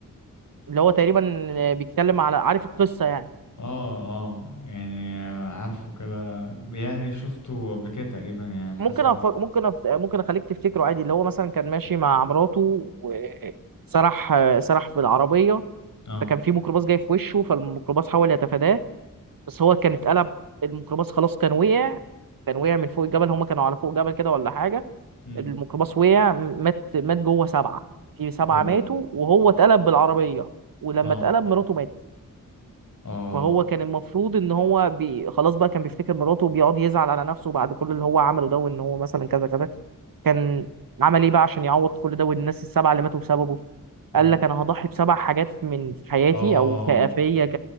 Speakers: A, on the right (about 80°); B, on the left (about 60°).
A: اللي هو تقريبا بيتكلم على عارف القصة يعني
B: اه اه يعني عارفه كده يعني شفته قبل كده تقريبا يعني حسب
A: ممكن
B: ما
A: أف... ممكن أف... ممكن اخليك تفتكره عادي اللي هو مثلا كان ماشي مع مراته وسرح سرح بالعربية
B: اه
A: فكان في ميكروباص جاي في وشه فالميكروباص حاول يتفاداه بس هو كان اتقلب الميكروباص خلاص كان وقع كان وقع من فوق الجبل هما كانوا على فوق جبل كده ولا حاجة
B: امم
A: الميكروباص وقع مات مات جوه سبعة في سبعة
B: اوه
A: ماتوا وهو
B: مم.
A: اتقلب بالعربية ولما
B: اه
A: اتقلب مراته ماتت
B: اه
A: فهو كان المفروض ان هو بي... خلاص بقى كان بيفتكر مراته وبيقعد يزعل على نفسه بعد كل اللي هو عمله ده وان هو مثلا كذا كذا كان عمل ايه بقى عشان يعوض كل ده والناس السبعة اللي ماتوا بسببه
B: امم
A: قال لك انا هضحي بسبع حاجات من حياتي
B: اه
A: او كافيه ك...